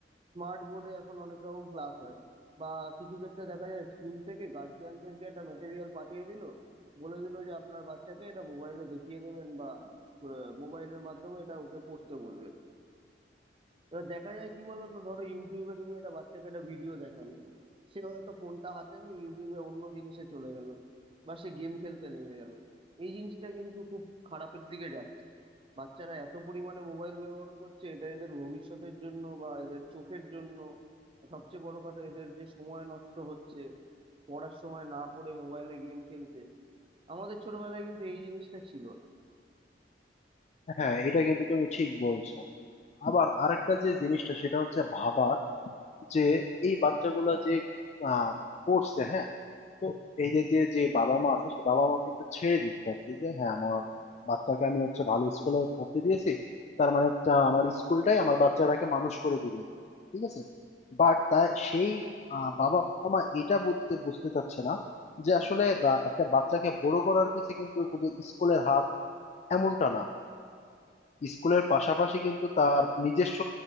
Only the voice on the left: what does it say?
হ্যাঁ এটা কিন্তু তুমি ঠিক বলছো আবার আরেকটা যে জিনিসটা সেটা হচ্ছে ভাবা যে এই বাচ্চাগুলা যে আহ, পড়ছে হ্যাঁ তো এই যে যে যে বাবা মা আছে সে বাবা মা কিন্তু ছেড়ে দিচ্ছে আর কি যে হ্যাঁ আমার বাচ্চাকে আমি হচ্ছে ভালো স্কুলে পড়তে দিয়েছি তার মানে হচ্ছে আমার স্কুলটাই আমার বাচ্চাটাকে মানুষ করে দিবে ঠিক আছে বাট তা সেই আহ, বাবা মা এটা বুঝতে বুঝতে চাচ্ছে না যে আসলে বা, একটা বাচ্চাকে বড় করার পিছে কিন্তু শুধু স্কুলের হাত এমনটা না স্কুলের পাশাপাশি কিন্তু তার নিজস্ব